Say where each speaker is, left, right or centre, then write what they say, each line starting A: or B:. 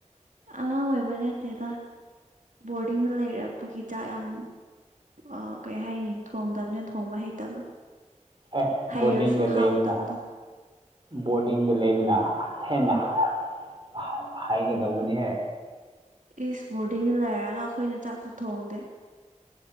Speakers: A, on the right; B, on the right.
A: ꯑꯉꯥꯡ ꯑꯣꯏꯕ ꯅꯠꯇꯦꯗ ꯕꯣꯔꯗꯤꯡꯗ ꯂꯩꯔꯛꯄꯒꯤ ꯆꯥꯛ ꯌꯥꯝ ꯑ ꯀꯩ ꯍꯥꯏꯅꯤ ꯊꯣꯡꯗꯕꯅ ꯊꯣꯡꯕ ꯍꯩꯇꯕ
B: ꯑꯦ
A: ꯍꯩꯔꯁꯨ
B: ꯕꯣꯔꯗꯤꯡꯗ
A: ꯍꯥꯎꯇꯕꯗꯣ
B: ꯂꯩꯕꯅ ꯕꯣꯔꯗꯤꯡꯗ ꯂꯩꯕꯅ ꯍꯦꯟꯅ ꯍ-ꯍꯩꯒꯗꯧꯕꯅꯦ
A: ꯏꯁ ꯕꯣꯔꯗꯤꯡꯗ ꯂꯩꯔꯒ ꯑꯩꯈꯣꯏꯅ ꯆꯥꯛꯁꯨ ꯊꯣꯡꯗꯦ